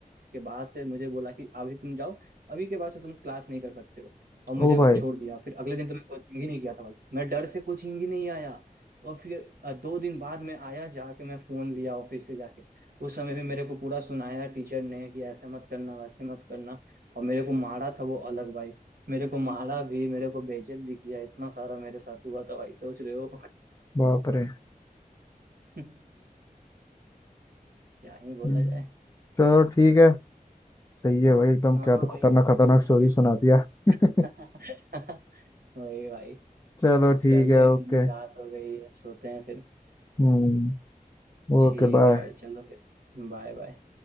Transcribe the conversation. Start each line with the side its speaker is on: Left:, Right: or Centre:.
Right: बाद से मुझे बोला कि अभी तुम जाओ अभी के बाद से तुम क्लास नहीं कर सकते हो और मुझे
Left: ओ
Right: वो
Left: भाई
Right: छोड़ दिया फिर अगले दिन तो मैं कोचिंग ही नहीं किया था भाई मैं डर से कोचिंग ही नहीं आया और फिर अ, दो दिन बाद में आया जाके मैं फोन लिया ऑफिस से जाके उस समय भी मेरे को पूरा सुनाया टीचर ने कि ऐसे मत करना वैसे मत करना और मेरे को मारा था वो अलग भाई मेरे को मारा भी मेरे को बेइज्जत भी किया इतना सारा मेरे साथ हुआ था भाई सोच रहे हो
Left: बाप रे
Right: <laughs> क्या ही बोला
Left: हम्म,
Right: जाए
Left: चलो ठीक है सही है भाई एकदम
Right: हाँ
Left: क्या
Right: हाँ
Left: तो खतरनाक
Right: भाई ठीक
Left: खतरनाक स्टोरी
Right: है
Left: सुना दिया <laughs>
Right: <laughs> वही भाई
Left: चलो ठीक
Right: चलो
Left: है
Right: इतनी
Left: ओके
Right: रात हो गई है सोते हैं फिर
Left: हम्म Okay
Right: ठीक
Left: bye
Right: है भाई चलो फिर Bye bye